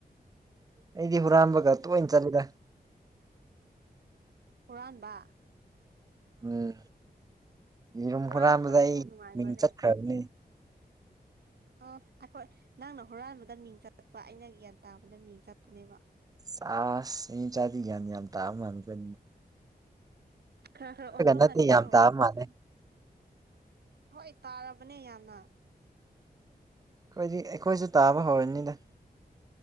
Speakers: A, on the right; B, on the right.
A: ꯑꯩꯗꯤ ꯍꯨꯔꯥꯥꯟꯕꯝꯕꯒ ꯇ ꯑꯣꯏꯅꯅ ꯆꯠꯗ
B: ꯄꯨꯨꯔꯟꯕ
A: ꯎꯝ ꯌꯦꯔꯨꯝ
B: ꯍꯨꯔꯥꯟꯕ
A: ꯍꯨꯔꯥꯟꯕꯗ
B: ꯆꯠꯄꯕꯨ
A: ꯑꯩ
B: ꯅꯨꯡꯉꯥꯏꯕ꯭ꯔꯅꯦ
A: ꯃꯤꯡ ꯆꯠꯈ꯭ꯔꯕꯅꯦ
B: ꯑ ꯑꯩꯈꯣꯏ ꯅꯪꯅ ꯍꯨꯔꯥꯟꯕꯗ ꯃꯤꯡ ꯆꯠꯄ ꯑꯩꯅ ꯒ꯭ꯌꯥꯟ ꯇꯥꯕꯗ ꯃꯤꯡ ꯆꯠꯄꯅꯦꯕ
A: ꯆ ꯏ ꯆꯥꯂꯤꯒꯅꯤ ꯌꯥꯝ ꯊꯥꯃꯅꯤ ꯀ
B: ꯈꯔ ꯈꯔ ꯑꯣꯟꯊꯣꯛꯅꯁꯤꯔꯣ
A: ꯅꯠꯇꯦ ꯌꯥꯝ ꯇꯥꯕ ꯃꯥꯜꯂꯦ
B: ꯍꯣꯏ ꯇꯥꯔꯕꯅꯦ ꯌꯥꯝꯅ
A: ꯑꯩꯈꯣꯏꯗꯤ ꯑꯩꯈꯣꯏꯁꯨ ꯇꯥꯕ ꯍꯧꯔꯅꯤꯅ